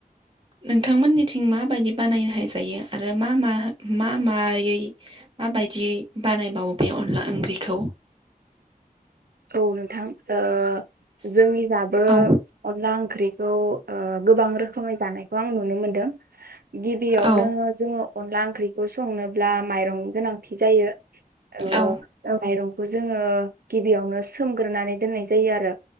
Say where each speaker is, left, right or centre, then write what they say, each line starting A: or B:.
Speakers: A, on the right; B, on the right.
A: नोंथांमोननिथिं माबायदि बानायनो हाय जायो आरो मा मा मा मायै माबायदियै बानायबावो बे अनला ओंख्रिखौ?
B: औ नोंथां ओ जोंनि जाबो
A: औ
B: अनला ओंख्रिखौ ओ गोबां रोखोमै जानायखौ आं नुनो मोनो । दों गिबियावनो
A: औ
B: जोङो अनला ओंख्रिखौ संनोब्ला माइरं गोनांथि जायो ओ
A: औ
B: माइरंखौ जोङो बेयावनो सोमग्रोनानै दोननाय जायो आरो